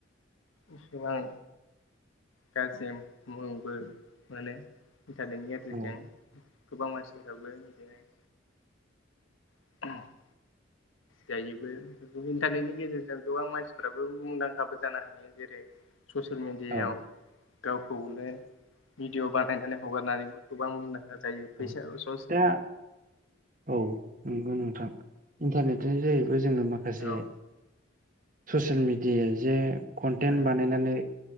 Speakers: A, on the left (about 90°); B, on the right (about 40°).
A: एसेबां गाजेम मुंबो मोनो। इन्टारनेटनि एदेदजों
B: औ
A: गोबां मानसिफोराबो बिदिनो <unintelligible> जायोबो इन्टारनेटनि गेजेरजों गोबां मानसिफोराबो मुंदांखाबो जानो हायो जेरै ससियेल मेडियायाव,
B: औ
A: गावखौनो भिडिअ' बानायनानै हगारनानैबो गोबां मुंदांखा जायो
B: औ
A: फैसा स'स
B: दा औ नंगौ नोंथां इन्टारनेटनि जाहैबो जोङो माखासे,
A: औ
B: ससियेल मिडिया जे कन्टेन्ट
A: ओ
B: बानायनानै,